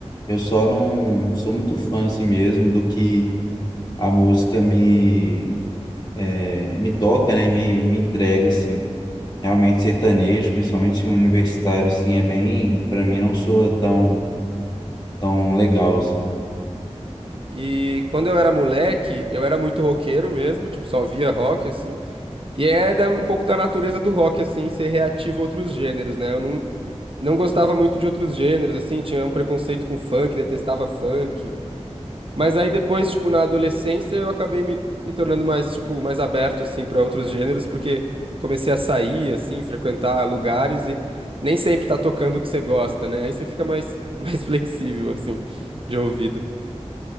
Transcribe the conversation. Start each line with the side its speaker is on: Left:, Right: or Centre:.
Left: Eu só não sou muito fã assim mesmo do que a música me, é, me toca, né? Me, me entrega assim. Realmente sertanejo, principalmente universitário assim, é bem, para mim não soa tão tão legal assim.
Right: E quando eu era moleque, eu era muito roqueiro mesmo, tipo, só via rock, assim. E é da- um pouco da natureza do rock, assim, ser reativo a outros gêneros, né? Eu não, Não gostava muito de outros gêneros, assim, tinha um preconceito com funk, detestava funk. Mas aí depois, tipo, na adolescência, eu acabei me, me tornando mais, tipo, mais aberto, assim, para outros gêneros, porque comecei a sair, assim, frequentar lugares e nem sempre tá tocando o que você gosta, né? Aí você fica mais, <laughs> mais flexível, assim, de ouvido.